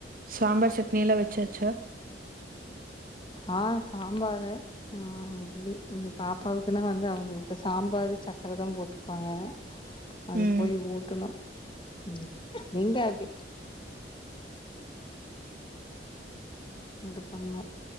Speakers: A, on the right; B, on the left.
A: சாம்பார் சட்னியல்லா வச்சாச்சா
B: ஆ சாம்பாரு ஆ இட்லி பாப்பாவுக்குன்னா வந்த அவுங்களுக்கு சாம்பாரு சக்கரை தா போட்டுப்பாங்க அதுப்போய்
A: ம்
B: ஊட்டணு ம் இந்தா பி இந்த பெண்ணு